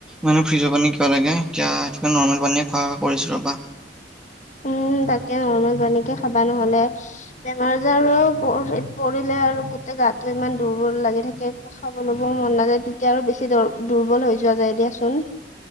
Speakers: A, in the centre; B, on the left.
A: মানে ফ্ৰীজৰ পানী কিয় লাগে, এতিয়া সেইতো কাৰনে নৰ্মেল পানীয়ে খোৱা কৰিছো ৰবা।
B: উম তাকে নৰ্মেল পানীকে খাবা নহ'লে বেমাৰ-আজাৰো পৰি পৰিলে আৰু গোতেই গোটেই গাটো ইমান দুৰ্বল লাগি থাকে। খাবলৈবও মন নাযায় তেতিয়া আৰু বেছি দ দুৰ্বল হৈ যোৱা যায় দিয়াচোন।